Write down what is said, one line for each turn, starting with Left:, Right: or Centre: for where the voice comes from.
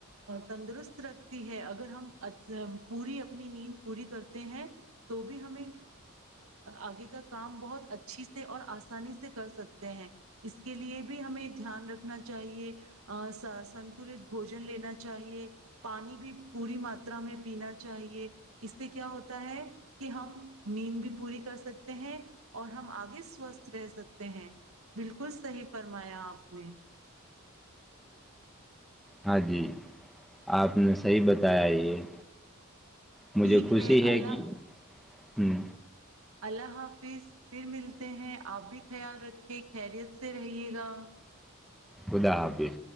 Right: تندرست رکھتی ہے اگر ہم پوری اپنی نیند پوری کرتے ہیں تو بھی ہمیں آگے کا کام بہت اچھی سے اور آسانی سے کر سکتے ہیں اس کے لیے بھی ہمیں دھیان رکھنا چاہیے سنتلت بوجن لینا چاہیے پانی بھی پوری ماترا میں پینا چاہیے اس سے کیا ہوتا ہے کہ ہم نیند بھی پوری کر سکتے ہیں اور ہم آگے سوستھ رہ سکتے ہیں بالکل صحیح فرمایا آپ نے
Centre: ہاں جی آپ نے صحیح بتایا یہ مجھے
Right: ٹھیک
Centre: خوشی
Right: ہے اللہ
Centre: کہ ہوں
Right: اللہ حافظ پھر ملتے ہیں آپ بھی خیال رکھے خیریت سے رہیے گا
Centre: خدا حبظ